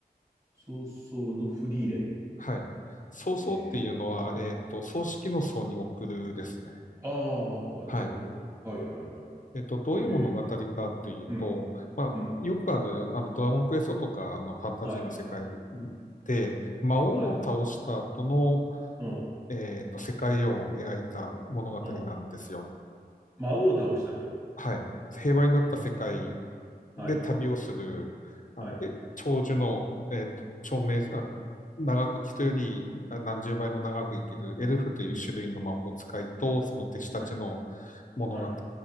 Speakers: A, on the right (about 20°); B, on the left (about 50°).
A: そうそうのフリーレン。
B: はい。葬送っていうのは、
A: ええ
B: えっと、葬式の葬に送るですね。
A: ああ、なるほど。
B: はい。
A: はい、はい、はい。
B: えっと、どういう物語かというと、
A: ええうん、
B: まあ、
A: うん、
B: よくある、あの、ドラゴンクエストとかのファンタジーの世界
A: はい、
B: で、魔王を倒した後の、
A: はい、うん、
B: えっと、世界を描いた物語なんですよ。
A: うん。魔王を倒した後。
B: はい。平和になった世界
A: うん、
B: で旅をする、
A: はい、
B: あの、
A: はい、
B: え、長寿の、えっと、長命、あ、長く、人よりあ何十倍も長く生きるエルフという種類の魔法使いと、
A: うん、
B: その弟子たちの
A: はい、
B: 物語
A: はい、